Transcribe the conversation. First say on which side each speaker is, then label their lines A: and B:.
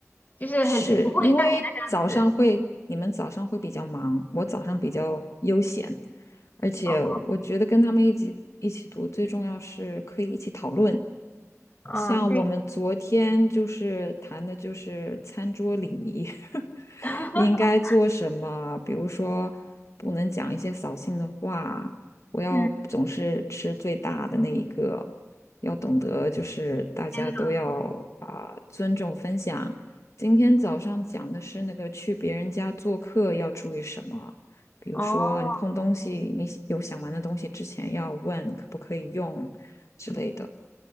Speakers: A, on the left (about 30°); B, on the left (about 65°).
A: 就是很不会像你那样子
B: 是因为早上会，你们早上会比较忙，我早上比较悠闲，而且我觉得跟他们一起一起读，
A: 哦
B: 最重要是可以一起讨论，
A: 啊，
B: 像我们昨天就是谈的，
A: 对，
B: 就是餐桌礼仪，<laughs>
A: <laughs>
B: 应该做什么？比如说，不能讲一些扫兴的话，不要总是吃最大的那一个，
A: 嗯，
B: 要懂得就是大家都要啊、
A: 天呐，
B: 尊重分享。今天早上讲的是那个去别人家做客要注意什么，比如说你碰东西，
A: 哦。
B: 你有想玩的东西之前要问可不可以用之类的。